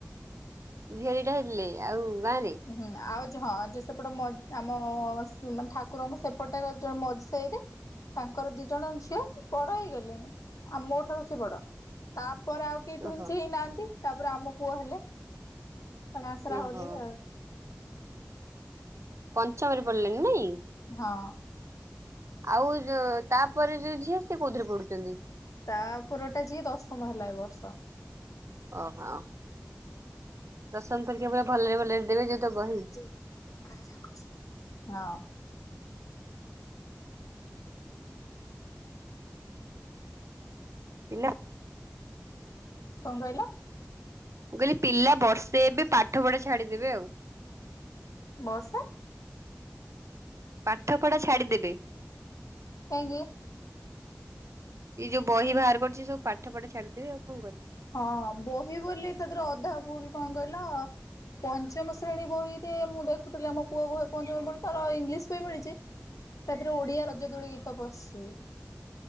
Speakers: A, on the right (about 60°); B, on the left (about 80°).
A: ଝିଅ ଦିଟା ହେଇଥିଲେ ଆଉ ଗାଁରେ
B: ହୁଁ ଆଉ ହଁ ଯେ ସେପଟ ଆମ ଠାକୁରଙ୍କୁ ସେପଟ ମଝି ସାଇରେ ତାଙ୍କର ଦି ଜଣ ଝିଅ ବଡ ହେଇଗଲେଣି ଆମ ମୋ ଠାରୁ ସେ ବଡ ତାପରେ ଆଉ କେ ଟୁଇନ୍ସ
A: ଓହୋ
B: ହିଁ ହେଇନାହାନ୍ତି ତାପରେ ଆମ ପୁଅ ହେଲେ। ଗାଁ ସାରା
A: ଓହୋ
B: ହାଉଲି ଆଉ
A: ପଞ୍ଚମରେ ପଡିଲେଣିି ନାଇଁ।
B: ହଁ।
A: ଆଉ ଯ ତାପରେ ଯୋଉ ଝିଅ ସିଏ କୋଉଥିରେ ପଢୁଛନ୍ତି?
B: ତା ପରଟା ଯିଏ ଦଶମ ହେଲା ଏ ବର୍ଷ।
A: ଓହୋ ଦଶମ ପରୀକ୍ଷା ପୁରା ଭଲରେ ଭଲରେ ଦେବେ ଯୋଉ ତ ବହି
B: ହଁ।
A: ପିଲା।
B: କଣ କହିଲ?
A: ମୁଁ କହିଲି ପିଲା ବର୍ଷେ ଏବେ ପାଠ ପଢା ଛାଡିଦେବେ ଆଉ
B: ବସ
A: ପାଠ ପଢା ଛାଡିଦେବେ?
B: କାହିଁକି?
A: ଏଇ ଯୋଉ ବହି ବାହାର କରଛି ସବୁ ପାଠ ପଢା ଛାଡିଦେବି ଆଉ କଣ କରିବି।
B: ହଁ ବହି ବୋଲି ତା ଦେହରେ ଅଧା ଫୁଲ କଣ କହିଲ? ପଞ୍ଚମ ଶ୍ରେଣୀ ବହିରେ ମୁଁ ଦେଖୁଥିଲି ଆମ ପୁଅ ବ ପଞ୍ଚମ ବ ତାର ଇଂଲିଶ ବହି ମିଳିଛି। ତା ଦେହରେ ଓଡିଆ ରଜଦୋଳି ଗୀତ ପଶଛି।